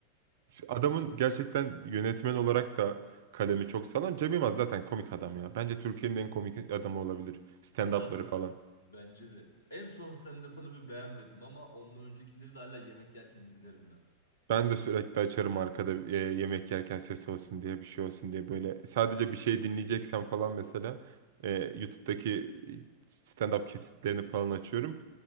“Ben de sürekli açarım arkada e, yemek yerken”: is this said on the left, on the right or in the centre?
Right